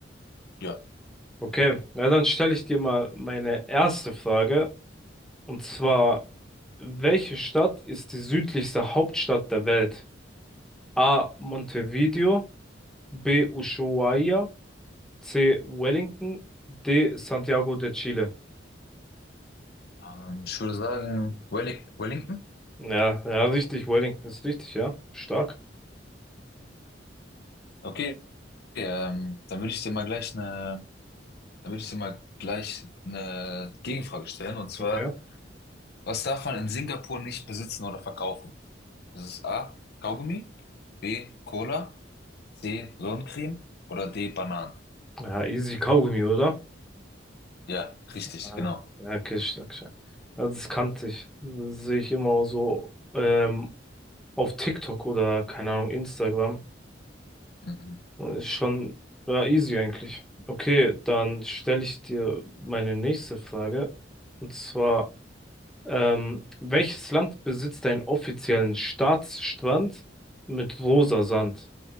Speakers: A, on the left (about 60°); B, in the centre.
A: Ja,
B: Okay, na dann stelle ich dir mal meine erste Frage, und zwar, welche Stadt ist die südlichste Hauptstadt der Welt? A. Montevideo, B. Ushuaia, C. Wellington. D. Santiago de Chile.
A: ähm, ich würde sagen, Welling Wellington.
B: Ja, ja, richtig. Wellington ist richtig, ja. Stark.
A: Okay, ähm, dann würde ich dir mal gleich eine, dann würde ich dir mal gleich eine Gegenfrage stellen. Und zwar,
B: Okay.
A: was darf man in Singapur nicht besitzen oder verkaufen? Das ist A, Kaugummi, B, Cola, C, Sonnencreme oder D, Bananen.
B: Ja, easy Kaugummi, oder?
A: Ja, richtig,
B: Ja,
A: genau.
B: ja, okay, stark, stark. Ja, Das kannte ich. Das sehe ich immer so ähm, auf TikTok oder, keine Ahnung, Instagram.
A: Mhm.
B: Ist schon ja, easy eigentlich. Okay, dann stelle ich dir meine nächste Frage. Und zwar. Ähm, welches Land besitzt einen offiziellen Staatsstrand mit rosa Sand?